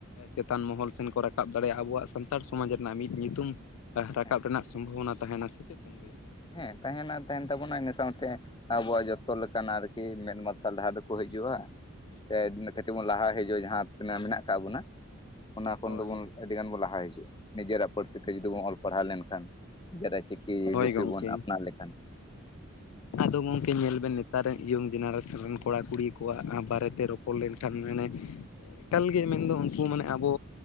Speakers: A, on the left (about 80°); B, on the left (about 20°).
A: ᱪᱮᱛᱟᱱ ᱢᱚᱦᱚᱞ ᱥᱮᱱ ᱠᱚ ᱨᱟᱠᱟᱵ ᱫᱟᱲᱮᱭᱟᱜᱼᱟ ᱟᱵᱚᱣᱟᱜ ᱥᱟᱱᱛᱟᱲ ᱥᱚᱢᱟᱡᱽ ᱨᱮᱱᱟᱜ ᱢᱤᱫ ᱧᱩᱛᱩᱢ ᱨᱟᱠᱟᱵ
B: ᱦᱮᱸ
A: ᱨᱮᱱᱟᱜ ᱥᱚᱢᱵᱷᱚᱵᱚᱱᱟ ᱛᱟᱦᱮᱱᱟ ᱥᱮ ᱪᱮᱫ ᱵᱤᱱ ᱞᱟᱹᱭᱟ
B: ᱦᱮᱸ ᱛᱟᱦᱮᱱᱟ ᱛᱟᱦᱮᱱ ᱛᱟᱵᱚᱱᱟ ᱤᱱᱟᱹ ᱥᱟᱶᱛᱮ ᱟᱵᱚᱣᱟᱜ ᱡᱚᱛᱚ ᱞᱮᱠᱱᱟᱜ ᱟᱨᱠᱤ ᱢᱮᱫ ᱢᱟᱨᱥᱟᱞ ᱰᱟᱦᱟᱨ ᱫᱚᱠᱚ ᱦᱤᱡᱩᱜᱼᱟ, ᱥᱮ ᱠᱟᱹᱴᱤᱡ ᱵᱚᱱ ᱞᱟᱦᱟ ᱦᱤᱡᱩᱜᱼᱟ ᱡᱟᱦᱟᱸ ᱛᱤᱱᱟᱹᱜ ᱢᱮᱱᱟᱜ ᱠᱟᱜ ᱵᱚᱱᱟ ᱚᱱᱟ ᱠᱷᱚᱱ
A: ᱦᱳᱭ
B: ᱫᱚᱵᱚᱱ ᱟᱹᱰᱤ ᱜᱟᱱ ᱵᱚᱱ ᱞᱟᱦᱟ ᱦᱤᱡᱩᱜᱼᱟ, ᱱᱤᱡᱮᱨᱟᱜ ᱯᱟᱹᱨᱥᱤ ᱛᱮ ᱡᱚᱫᱤ ᱵᱚᱱ ᱚᱞ ᱯᱟᱲᱦᱟᱣ ᱞᱮᱱᱠᱷᱟᱱ ᱡᱮᱴᱟ ᱪᱤᱠᱤ
A: ᱦᱳᱭ
B: ᱞᱤᱯᱤ
A: ᱜᱚᱢᱠᱮ
B: ᱵᱚᱱ ᱟᱯᱱᱟᱨ ᱞᱮᱠᱷᱟᱱ
A: ᱟᱫᱚ ᱜᱚᱢᱠᱮ ᱧᱮᱞ ᱵᱮᱱ ᱱᱮᱛᱟᱨ ᱨᱮᱱ ᱤᱭᱚᱝ ᱡᱮᱱᱟᱨᱮᱥᱚᱱ ᱨᱮᱱ ᱠᱚᱲᱟ ᱠᱩᱲᱤ ᱠᱚᱣᱟᱜ ᱟᱸ ᱵᱟᱨᱮᱛᱮ ᱨᱚ ᱯᱚᱲ ᱞᱮᱱᱠᱷᱟᱱ ᱢᱟᱱᱮ ᱮᱠᱟᱞ ᱜᱮ ᱢᱮᱱᱫᱚ ᱩᱱᱠᱩ ᱢᱟᱱᱮ ᱟᱵᱚ